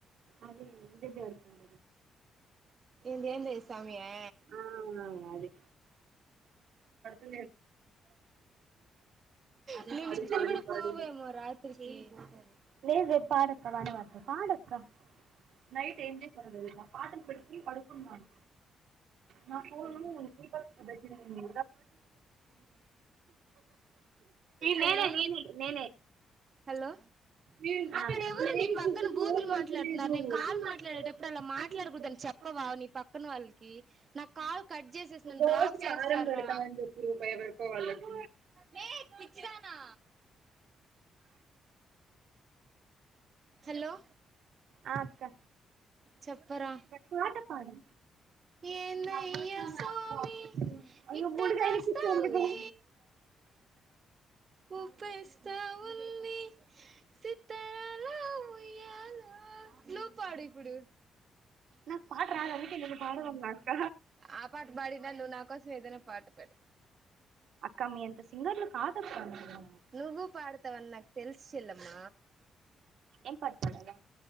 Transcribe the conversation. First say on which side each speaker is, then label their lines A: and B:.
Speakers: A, on the right; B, on the right.
A: ఆది విజయదేవరకొండ
B: ఏంది
A: ది
B: ఏంది స్వామియా
A: ఆ ఆ అదే పాడి
B: నేను నిద్ర
A: పాడి
B: కూడా
A: పాడి
B: పోవేమో రాత్రికి ఏమోతది
A: లేదు లేదు పాడక్క బానే పాడుతావ్ పాడు అక్క నైట్ ఎం చేశానో తెలుసా పాటలు పెట్టి కొని పడుకున్నాను. నాకు ఫోన్ రీఛార్జ్ దగ్గరైంది
B: హలో
A: నేనే నేనే నేనే
B: హలో,
A: నేను
B: అక్కడ
A: అక్కడేమో
B: ఎవరు నా పక్కన
A: లేదు
B: బూతులు
A: ఫోన్ పడతలేదు
B: మాట్లాడుతున్నారు నేను కాల్ మాట్లాడేటప్పుడు అలా మాట్లాడకూడదని నీ పక్కన వాళ్లకు చెప్పవా నా కాల్ కట్ చేసేసింది నన్ను
A: రోజు
B: బ్లాక్
A: కారం
B: చేస్తారా?
A: పెడతామని చెప్పి రూపాయి వరకు వాళ్ళకి
B: మే పిచ్చిదానా హలో!
A: ఆ అక్కా
B: చెప్పరా
A: పాట పాడు
B: ఏందయ్యా
A: అబద్ధం
B: స్వామి
A: ఆడాకు అయ్యో
B: ఇట్ట
A: మూడు <unintelligible>
B: కాస్తాంది ఊపేస్తా ఉంది సీతారాల ఉయ్యాల నువ్వు పాడు ఇప్పుడు
A: నాకు పాట రాదు అందుకే నేను పాడదన్నా అక్క
B: ఆ పాట పాడిన నువ్వు నా నా కోసం ఏదైనా పాట పాడు
A: అక్కా మియంతా సింగర్లు కాదక్క మీరు.
B: నువ్వు పాడతావని నాకు తెలుసు చెల్లెమ్మ
A: ఏం పాట పాడాల